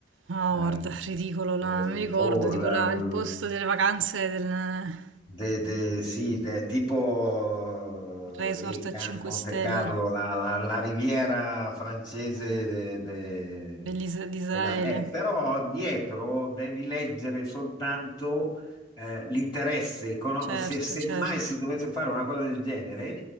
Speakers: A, on the right; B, on the left.
A: No,
B: eh,
A: guarda, ridicolo, la-
B: eh,
A: mi ricordo
B: boh,
A: tipo
B: la-
A: la- il posto delle vacanze del il
B: De, de- sì, de- tipo
A: resort
B: eh, lì,
A: a
B: Cannes,
A: 5
B: Monte
A: stelle.
B: Carlo, la, la- la riviera francese de- de-
A: dell'Is- di Israele,
B: della- eh, però dietro devi leggere soltanto eh, l'interesse economico.
A: certo,
B: Se, se
A: certo,
B: mai si dovesse fare una cosa del genere,